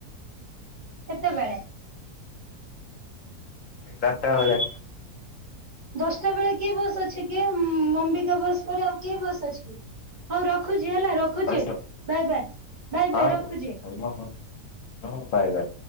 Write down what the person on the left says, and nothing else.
ଏଗାରଟା ବେଳେ।
ବସ୍
ହଁ
ହଁ ହଁ ହଁ ବାଏ ବାଏ